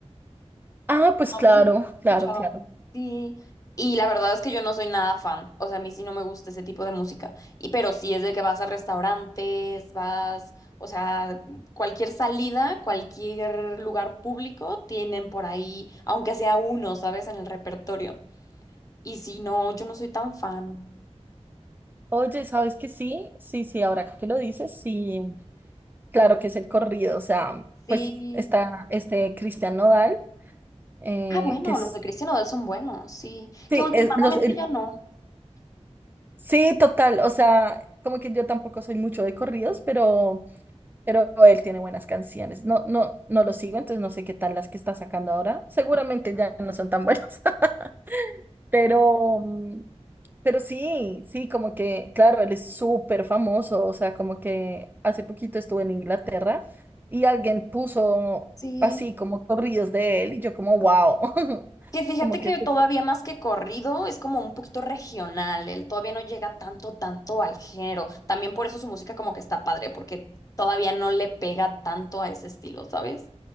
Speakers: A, on the right; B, on the left.
A: Ah, pues
B: Entonces,
A: claro,
B: lo he
A: claro,
B: escuchado.
A: claro.
B: Sí, y la verdad es que yo no soy nada fan, o sea, a mí sí no me gusta ese tipo de música, y pero sí es de que vas a restaurantes, vas, o sea, cualquier salida, cualquier lugar público tienen por ahí, aunque sea uno, ¿sabes? En el repertorio. Y sí, no, yo no soy tan fan.
A: Oye, ¿sabes que sí? Sí, sí, ahora que lo dices, sí. Claro que es el corrido, o sea,
B: Sí.
A: pues está este Cristian Nodal, eh,
B: Ah, bueno,
A: que es,
B: los de Cristian Odell son buenos, sí.
A: sí,
B: Que últimamente
A: es los, el-
B: ya no.
A: sí, total, o sea, como que yo tampoco soy mucho de corridos, pero, pero él tiene buenas canciones. No, no, no lo sigo, entonces no sé qué tal las que está sacando ahora. Seguramente ya no son tan buenas, <laughs> pero, mm, Pero sí, sí, como que, claro, él es súper famoso, o sea, como que hace poquito estuve en Inglaterra y alguien puso
B: Sí.
A: así como corridos de él y yo como, wow, <laughs>
B: Que fíjate
A: como
B: que
A: que
B: todavía más que corrido es como un poquito regional, él todavía no llega tanto, tanto al género. También por eso su música como que está padre, porque todavía no le pega tanto a ese estilo, ¿sabes?